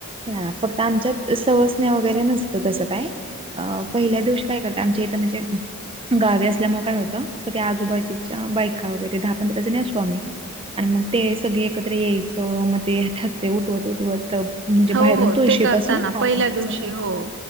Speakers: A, on the right; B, on the right.
A: हा फक्त आमच्यात स वगैरे नसत तसं काय आ पहिल्या दिवशी काय करतं आमच्या इथ म्हणजे गावी असल्यामुळे काय होतं. सगळ्या आजूबाजूच्या बायका वगैरे दहा पंधरा जणी असतो. आम्ही आणि मग ते सगळे एकत्र यायचं मग ते ठशे उठवत उठवत. म्हणजे बाहेरून
B: हो हो
A: तुळशी
B: ते करताना
A: पासून आत
B: पहिल्या
A: यायचं,
B: दिवशी हो